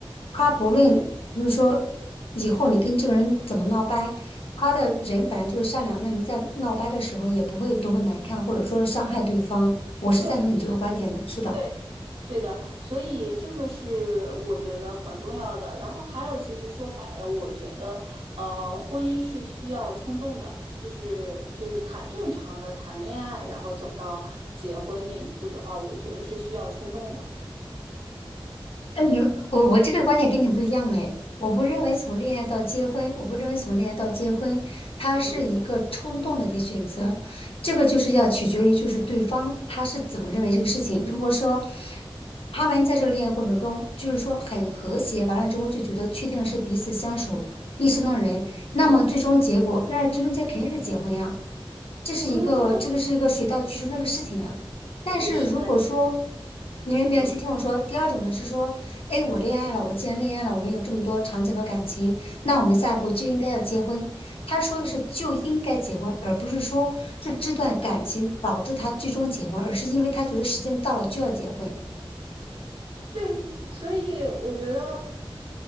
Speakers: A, on the left (about 85°); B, on the right (about 80°).
A: 他不论就是说以后你跟这个人怎么闹掰，他的人本来就是善良，那你在闹掰的时候也不会多么难看，或者说伤害对方。我是赞同你这个观点的，
B: 对，
A: 是的。
B: 对。对的，所以这个是我觉得很重要的。然后还有，其实说白了，我觉得，呃，婚姻是需要冲动的，就是就是谈正常的谈恋爱，然后走到结婚那一步的话，我觉得是需要冲动的。
A: 但你我我这个观点跟你不一样哎，我不认为从恋爱到结婚，我不认为从恋爱到结婚，它是一个冲动的一个选择，
B: 嗯
A: 这个就是要取决于就是对方他是怎么认为这个事情。如果说他们在这个恋爱过程中，就是说很和谐，完了之后就觉得确定是彼此相守一生的人，那么最终结果，那最终结肯定是结婚呀、这是一个这个是一个水到渠成的一个事情啊。
B: 嗯，
A: 但是如果说
B: 不是，
A: 你们们先听我说，
B: 嗯，
A: 第二种呢是说，哎，我恋爱了，我既然恋爱了，我们有这么多长久的感情，那我们下一步就应该要结婚。
B: 对
A: 他说的是就应该结婚，而不是说这这段感情导致他最终结婚，而是因为他觉得时间到了就要结婚。
B: 对，所以我觉得。